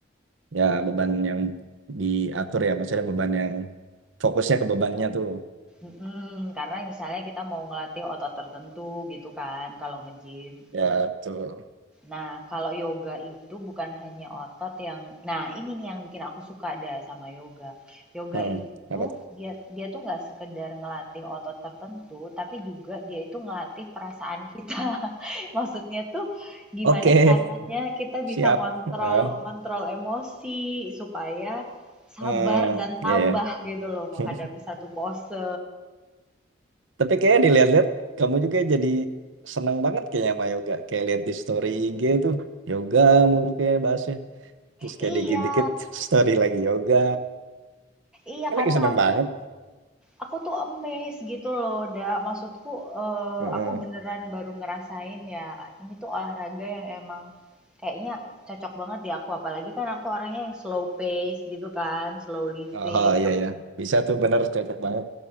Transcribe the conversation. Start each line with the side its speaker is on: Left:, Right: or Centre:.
Right: Ya beban yang diatur ya. Maksudnya beban yang fokusnya ke bebannya tuh.
Centre: Mhm, karena misalnya kita mau ngelatih otot tertentu gitu kan kalau nge-gym.
Right: Ya, betul.
Centre: Nah, kalau yoga itu bukan hanya otot yang nah ini nih yang bikin aku suka dah sama yoga. Yoga
Right: Hmm,
Centre: itu
Right: apa tuh?
Centre: dia dia tuh nggak sekedar ngelatih otot tertentu, tapi juga dia itu ngelatih perasaan kita. <laughs> Maksudnya tuh gimana
Right: Oke,
Centre: caranya kita
Right: siap.
Centre: bisa ngontrol
Right: Eh,
Centre: kontrol emosi supaya sabar
Right: hmm,
Centre: dan tabah
Right: ya, ya.
Centre: gitu loh menghadapi
Right: <laughs>
Centre: satu pose
Right: Tapi kayaknya dilihat-lihat, kamu juga jadi senang banget kayaknya sama yoga. Kayak lihat di story IG tuh, yoga mulu kayak bahasnya. Terus
Centre: Iya,
Right: kayak dikit-dikit <laughs> story lagi yoga.
Centre: iya
Right: Kayak
Centre: karena
Right: lagi senang
Centre: aku
Right: banget.
Centre: aku tuh amazed gitu loh, da. Maksudku eh,
Right: Heeh.
Centre: aku beneran baru ngerasain ya, ini tuh olahraga yang emang kayaknya cocok banget di aku. Apalagi kan aku orangnya yang slow pace gitu kan, slow living.
Right: Oh, iya, ya. Bisa tuh bener, cocok banget.